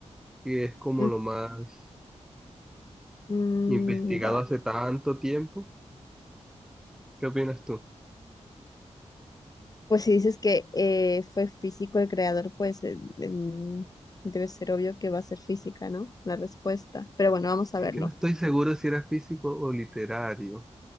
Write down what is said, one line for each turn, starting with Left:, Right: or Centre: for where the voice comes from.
Centre: que es como
Left: ujú,
Centre: lo más
Left: mm,
Centre: investigado
Left: vale.
Centre: hace tanto tiempo. ¿Qué opinas tú?
Left: Pues si dices que eh, fue físico el creador, pues eh, mm, debe ser obvio que va a ser física, ¿no? La respuesta. Pero bueno, vamos
Centre: Es
Left: a verlo.
Centre: que no estoy seguro si era físico o literario.